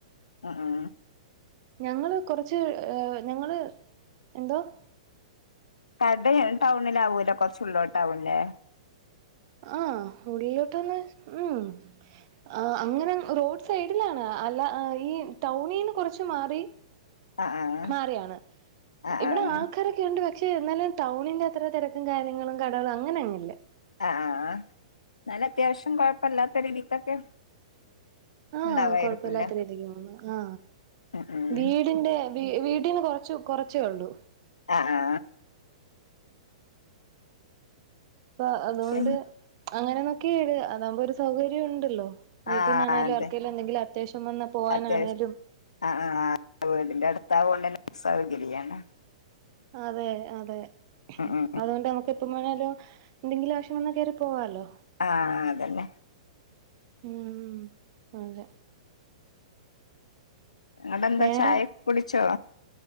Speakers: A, on the left; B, on the right.
A: ആ ആ
B: ഞങ്ങള് കൊറച്ച് ഏ ഞങ്ങള് എന്തോ
A: <unintelligible> ടൗണില ആാവൂല്ലോ കൊറച്ചുള്ളൂ ടൗണിലേ
B: ആ ഉള്ളിലോട്ട്ന്ന മ് ആ അങ്ങനെ റോഡ് സൈഡിലാണ് അല്ല ഈ ടൗണിൽന്ന് കുറച്ച് മാറി
A: ആഹ്
B: മാറിയാണ്
A: ആഹ്
B: ഇവിടെ
A: ആഹ്
B: ആൾക്കാരൊക്കെണ്ട് പക്ഷെ എന്നാലും ടൗണിന്റെ അത്ര തിരക്കും കാര്യങ്ങളും കടകളും അങ്ങനെ അങ്ങനന്നുല്ലേ
A: ആ ആ എന്നാല അത്യാവശ്യം കൊഴപ്പല്ലാത്ത രീതിക്കൊക്കെ
B: ആ
A: ഉണ്ടാവായിരിക്കില്ല
B: കൊഴപ്പമില്ലാത്ത രീതിക്ക് പോ ആ
A: ഉം ഉം
B: വീടിന്റെ വീട്ടീന്ന് കൊറച്ചു കൊറച്ചേ ഉള്ളൂ
A: ആ ആ
B: പ്പ അതുകൊണ്ട്
A: പിന്ന
B: അങ്ങനെന്നൊക്കെ ഇട് അതാകുമ്പോ ഒരു സൗകര്യം ണ്ടല്ലോ വീട്ടീന്നാണെലും
A: ആഹ് അതെ
B: ആർക്കെലും എന്തെങ്കിലും അത്യാവശ്യം വന്നാ പോകാനാണേലും
A: അത്യാവശ്യം ആഹ് വീടിന്റെ അടുത്താവോണ്ടെന്നെ സൗകര്യണ്.
B: അതെ അതെ
A: ഉം
B: അതുകൊണ്ട് നമുക്ക് എപ്പ വേണാലും എന്തെങ്കിലും ആവശ്യം വന്നാ കേറി പോവാലോ.
A: ആഹ് അതന്നെ
B: ഉം അതെ.
A: ങ്ങടെന്താ
B: വേറെ
A: ചായെക്കെ കുടിച്ചോ